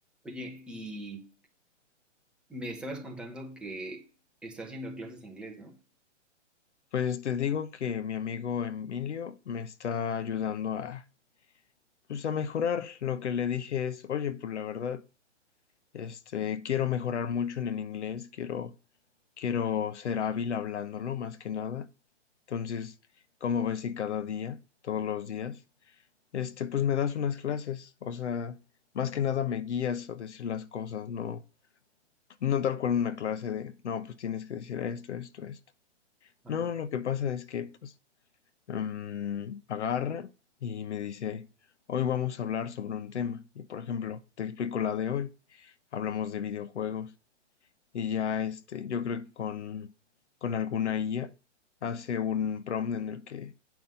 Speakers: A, in the centre; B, on the left.
A: Oye, y me estabas contando que estás haciendo clases de inglés, ¿no?
B: Pues te digo que mi amigo Emilio me está ayudando a, pues a mejorar. Lo que le dije es, oye, pues la verdad, este, quiero mejorar mucho en el inglés, quiero, quiero ser hábil hablándolo más que nada. Entonces, como ves si cada día, todos los días, este, pues me das unas clases, o sea, más que nada me guías a decir las cosas, no, no tal cual una clase de, no, pues tienes que decir esto, esto, esto.
A: Ajá.
B: No, lo que pasa es que, pues mm, agarra y me dice, hoy vamos a hablar sobre un tema. Y por ejemplo, te explico la de hoy. Hablamos de videojuegos. Y ya este, yo creo que con, con alguna IA hace un prompt en el que,